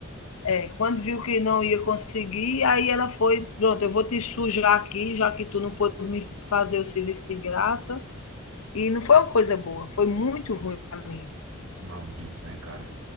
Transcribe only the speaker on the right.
Os malditos, né, cara?